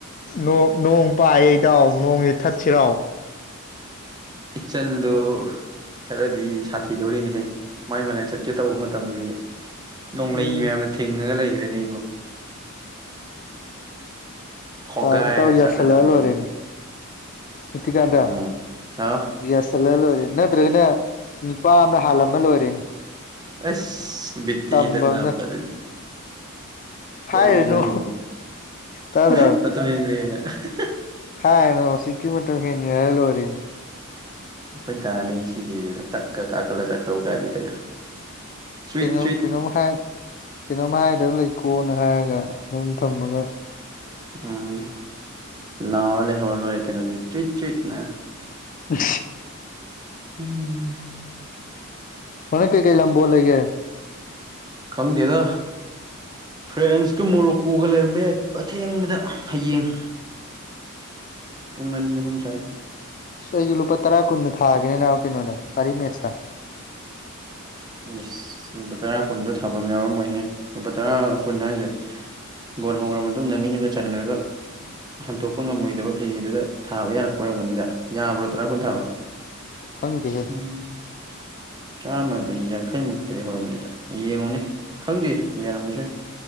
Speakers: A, on the left; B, on the right.
A: ꯅꯣꯡ ꯅꯣꯡ ꯄꯥꯏꯌꯦ ꯏꯇꯥꯎ ꯅꯣꯡꯖꯦ ꯊꯠꯁꯤꯔꯣ
B: ꯏꯆꯟꯗꯨ ꯈꯔꯗꯤ ꯁꯥꯊꯤꯗꯣꯔꯤꯅꯦꯍꯦ ꯃꯥꯏ ꯃꯅꯥꯛ ꯆꯠꯀꯦ ꯇꯧꯕ ꯃꯇꯝꯖꯤ ꯅꯣꯡꯂꯩ
A: ꯎꯝ
B: ꯃꯌꯥꯝꯅ ꯊꯤꯡꯉꯒ ꯂꯩꯒ꯭ꯔꯦꯅꯦ ꯑꯩꯕꯨ ꯍꯣꯒꯥꯏꯔ
A: ꯇꯥꯎ ꯏꯇꯥꯎ ꯌꯥꯁꯤꯜꯂ
B: ꯆꯠꯂꯗꯕꯅꯦ
A: ꯂꯣꯏꯔꯦꯅꯦ
B: ꯉꯁꯤ
A: ꯏꯠꯊꯤꯀꯥꯟꯗ
B: ꯎꯝ ꯍꯥꯎ
A: ꯌꯥꯁꯜꯂ ꯂꯣꯏꯔꯦꯅꯦ ꯅꯠꯇ꯭ꯔꯒꯅ ꯅꯤꯄꯥ ꯑꯃ ꯍꯥꯜꯂꯝꯃ ꯂꯣꯏꯔꯦꯅꯦ
B: ꯑꯁ ꯕꯤꯠꯇꯤꯗꯥꯅ
A: ꯇꯝꯕ ꯑꯃꯅ
B: ꯐꯖꯩ ꯀꯔꯤ
A: ꯍꯥꯏꯔꯨꯅꯨ
B: ꯅꯣꯅꯦ
A: ꯇꯥꯗ꯭ꯔꯣ
B: <unintelligible>
A: ꯍꯥꯏꯔꯨꯅꯨ ꯁꯤꯛꯇꯤ ꯃꯇꯝ ꯍꯦꯟꯒꯔꯦ ꯍꯥꯏꯔꯥ ꯂꯣꯏꯔꯦꯅꯦ
B: ꯑꯩꯈꯣꯏ ꯗꯥꯅꯤ ꯁꯤꯖꯦꯅ ꯇꯛꯀ ꯀꯥꯈꯠꯂ ꯆꯠꯈ꯭ꯔꯕ ꯒꯥꯔꯤꯗꯒ ꯆꯨꯏꯠ
A: ꯀꯩꯅꯣ
B: ꯆꯨꯏꯠ
A: ꯀꯩꯅꯣꯝ ꯍꯥꯏ ꯀꯩꯅꯣꯝ ꯍꯥꯏꯗꯕ ꯂꯩꯀꯣꯟꯅ ꯍꯥꯏꯔꯒ ꯑꯗꯨꯝ ꯊꯝꯃꯒ
B: ꯎꯝ ꯂꯥꯎꯔ ꯂꯩꯍꯧꯔ ꯂꯣꯏꯔꯦ ꯀꯩꯅꯣꯗꯤ ꯆꯨꯏꯠ ꯆꯨꯏꯠꯅ
A: ꯏꯁ
B: ꯎꯝ
A: ꯍꯣꯔꯦꯟ ꯀꯩꯀꯩ ꯂꯝꯕꯣꯟ ꯂꯩꯒꯦ
B: ꯈꯪꯗꯦꯗ ꯐ꯭ꯔꯦꯟꯁꯀ ꯃꯣꯔꯣꯛꯀꯣꯒ ꯂꯩꯔꯝꯕ ꯌꯥꯏ ꯑꯊꯦꯡꯕꯗ ꯍꯌꯦꯡ ꯄꯨꯡ ꯑꯅꯤ ꯑꯍꯨꯝ ꯁ꯭ꯋꯥꯏꯗ
A: ꯁꯋꯥ ꯑꯩꯁꯨ ꯂꯨꯄꯥ ꯇꯔꯥ ꯀꯨꯟꯗ ꯊꯥꯒꯦꯔꯅꯥ ꯀꯩꯅꯣꯗ ꯄꯥꯔꯤ ꯃꯦꯠꯁꯇ
B: ꯏꯁ ꯂꯨꯄꯥ ꯇꯔꯥ ꯀꯨꯟꯗꯣ ꯊꯥꯕꯝ ꯌꯥꯎꯔꯝꯃꯣꯏꯍꯦ ꯂꯨꯄꯥ ꯇꯔꯥ ꯀꯨꯟ ꯍꯥꯏꯁꯦ ꯕꯣꯟ ꯍꯧꯈ꯭ꯔ ꯃꯇꯨꯡꯗ ꯃꯤꯅꯒ ꯆꯟꯈ꯭ꯔꯒ ꯍꯟꯇꯣꯛꯄ ꯉꯝꯃꯣꯏꯗꯕ ꯄ꯭ꯂꯦꯗꯨꯗ ꯊꯥꯕ ꯌꯥꯔꯛꯄ ꯑꯣꯏꯔꯝꯒꯅꯤꯗ ꯌꯥꯕ꯭ꯔꯣ ꯇꯔꯥ ꯀꯨꯟ ꯊꯥꯕ
A: ꯈꯪꯗꯦꯍꯦ
B: ꯎꯝ ꯆꯥꯝꯃꯥ ꯗꯥ ꯌꯥꯡꯈꯩꯃꯨꯛꯇꯩ ꯍꯧꯔꯝꯅꯤꯗ ꯌꯦꯡꯉꯨꯅꯦ ꯈꯪꯗꯦ ꯌꯥꯔꯝꯕꯁꯨ ꯌꯥꯏ